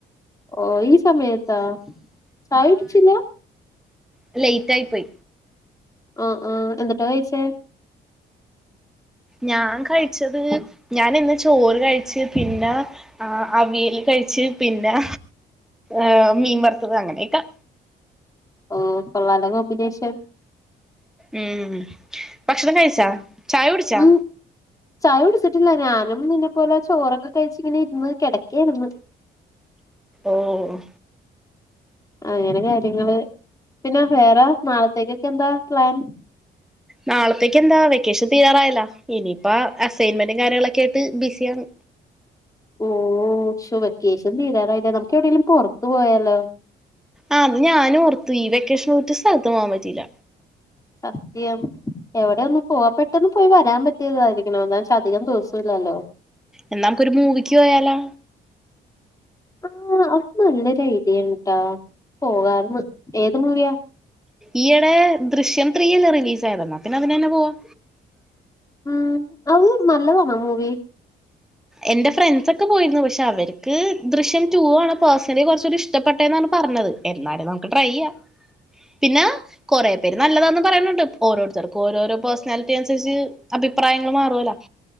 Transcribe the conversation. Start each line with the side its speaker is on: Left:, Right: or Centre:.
Left: ഓ ഈ സമയത്തോ, ചായ കുടിച്ചില്ല?
Centre: അല്ല ഈ ടൈപ്പ്.
Left: ഓ ഓ എന്തൂട്ടാ കഴിച്ചേ?
Centre: ഞാൻ കഴിച്ചത് ഞാൻ ഇന്ന് ചോറ് കഴിച്ച് പിന്നാ. ആഹ് അവിയല് കഴിച്ച്, പിന്നാ ഏഹ് മീൻ വറുത്തത് അങ്ങനൊക്കെ.
Left: ഓ കൊള്ളാലോ കോമ്പിനേഷൻ.
Centre: ഉം ഭക്ഷണം കഴിച്ചോ, ചായ കുടിച്ചോ?
Left: ഉം ചായ കുടിച്ചിട്ടില്ല, ഞാനും നിന്നെ പോലെ ചോറൊക്കെ കഴിച്ച് ഇങ്ങനെ ഇരുന്ന് കിടക്കുകയായിരുന്നു.
Centre: ഓഹ്
Left: അങ്ങനെ കാര്യങ്ങള് പിന്നെ വേറെ നാളത്തേക്ക് ഒക്കെ എന്താ പ്ലാൻ.
Centre: നാളത്തേക്ക് എന്താ വെക്കേഷൻ തീരാറായല്ലോ, ഇനിയിപ്പോ അസ്സിഗ്ന്മെന്റും കാര്യങ്ങളെയൊക്കെ ആയിട്ട് ബിസിയാണ്.
Left: ഓ ശോ വെക്കേഷൻ തീരാറായില്ലേ, നമുക്ക് എവിടേലും പൊറത്ത് പോയാലോ?
Centre: ആഹ് അത് ഞാനും ഓർത്തു ഈ വെക്കേഷന് ഒരു സ്ഥലത്തും പോവാൻ പറ്റിയില്ല.
Left: സത്യം എവിടെ ഒന്ന് പോ പെട്ടെന്ന് പോയി വരാൻ പറ്റിയതായിരിക്കണം എന്ന് വെച്ചാൽ അധികം ദിവസം ഇല്ലല്ലോ.
Centre: എന്നാ നമുക്കൊരു മൂവിക്ക് പോയാലോ?
Left: ആഹ് അത് നല്ലൊരു ഐഡിയ ആണട്ടോ, പോകാന്ന് ഏത് മൂവിയാ?
Centre: ഈയിടെ ദൃശ്യം ത്രീ അല്ലേ റിലീസ് ആയതല്ലേ, പിന്നെ അതിന് തന്നെ പോവാം.
Left: ഉം അത് നല്ലതാണോ മൂവി?
Centre: എൻ്റെ ഫ്രണ്ട്സ് ഒക്കെ പോയിരുന്നു, പക്ഷെ അവർക്ക് ദൃശ്യം ടൂ ആണ് പേഴ്സണലി കൊറച്ച് കൂടി ഇഷ്ടപ്പെട്ടെന്നാണ് പറഞ്ഞത്. എന്നാല് നമുക്ക് ട്രൈ ചെയ്യാം.
Left: <inaudible>
Centre: പിന്നാ കൊറെ പേരെ നല്ലതാന്ന് പറയുന്നുണ്ട്, ഓരോരുത്തർക്കും ഓരോരോ പേഴ്സണാലിറ്റി അനുസരിച്ച് അഭിപ്രായങ്ങൾ മാറാലോ.